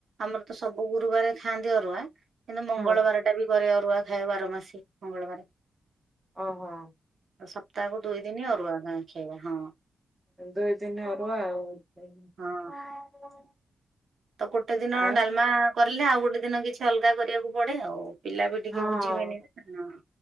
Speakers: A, on the right; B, on the right.
A: ଆମର ତ ସବୁ ଗୁରୁବାରେ ଖାଆନ୍ତି ଅରୁଆ କିନ୍ତୁ ମଙ୍ଗଳବାର
B: ହଁ
A: ଟା ବି କରେ ଅରୁଆ ଖାଏ ବାର ମାସୀ ମଙ୍ଗଳବାରେ
B: ଓହୋ।
A: ସପ୍ତାହକୁ ଦୁଇ ଦିନ ଅରୁଆ ଖା ଖାଇବା ହଁ ।
B: ଦୁଇ ତିନି ଅରୁଆ ଆଉ <unintelligible>
A: ହଁ ତ ଗୋଟେ ଦିନ
B: ଆଉ
A: ଡାଲମା କରିଲେ ଆଉ ଗୋଟେ ଦିନ କିଛି ଅଲଗା କରିବାକୁ ପଡେ ଆଉ। ପିଲା ବି ଟିକେ
B: ହଁ।
A: ବୁଝିବେନି ନା